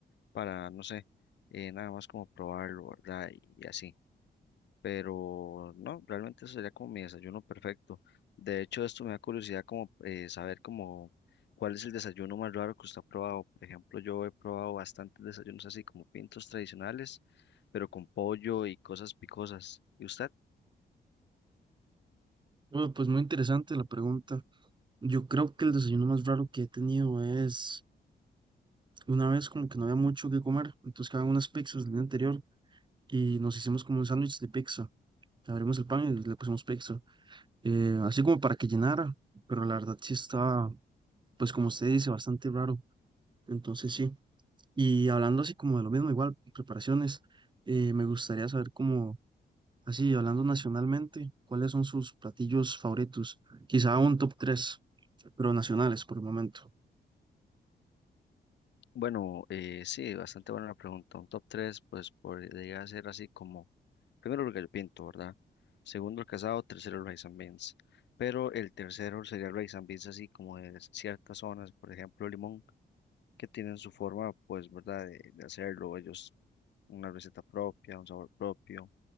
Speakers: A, on the left; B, on the right.
A: para, no sé, eh, nada más como probarlo, ¿verdad? y y así pero no, realmente eso sería como mi desayuno perfecto. De hecho, esto me da curiosidad como eh, saber como cuál es el desayuno más raro que usted ha probado. Por ejemplo, yo he probado bastantes desayunos así como pintos tradicionales, pero con pollo y cosas picosas. ¿Y usted?
B: Bueno, pues muy interesante la pregunta. Yo creo que el desayuno más raro que he tenido es una vez como que no había mucho que comer, entonces quedaban unas pizzas del día anterior y nos hicimos como un sándwich de pizza. Abrimos el pan y le pusimos pizza, eh, así como para que llenara, pero la verdad sí estaba, pues como usted dice, bastante raro. Entonces sí. Y hablando así como de lo mismo, igual, preparaciones, eh, me gustaría saber cómo Así, hablando nacionalmente, ¿cuáles son sus platillos favoritos? Quizá un top tres pero nacionales por el momento.
A: Bueno, eh, sí, bastante buena la pregunta. Un top 3 pues podría ser así como, primero el gallo pinto, ¿verdad? Segundo el casado, tercero el rice and beans. Pero el tercero sería el rice and beans así como de ciertas zonas, por ejemplo, Limón. que tienen su forma, pues, ¿verdad? De, de hacerlo, ellos una receta propia, un sabor propio,